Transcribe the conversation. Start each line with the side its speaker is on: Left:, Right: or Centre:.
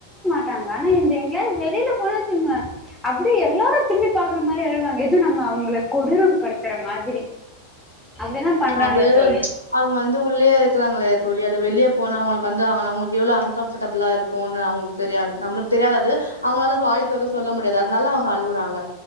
Centre: ட்டாங்க ஆனா எந்து எங்யாத் வெளில போனோ வெச்சுங்க அப்பிடி எல்லாரு திரும்பி பாக்கற மாரி அழுவாங்க எதுவு நம்ம அவுங்கள கொடூற படுத்துற மாதிரி அப்டிதா பண்றாங்க
Left: அது
Centre: தோழி
Left: அவுங்க வந்து உள்ளேயே இர்க்கறாங்கல்லயா தோழி அது வெளிய போனா அவுங்களுக்கு வந்து அவுங்களுக்கு எவ்ளோ அன்கம்பர்டபிளா இருக்குனு அவுங்களுக் தெரியாது நம்ளுக் தெரியாது அது அவுங்களால அது வாயத்தொறந்து சொல்ல முடியாது அதனால அவுங்க அழுவுறாங்க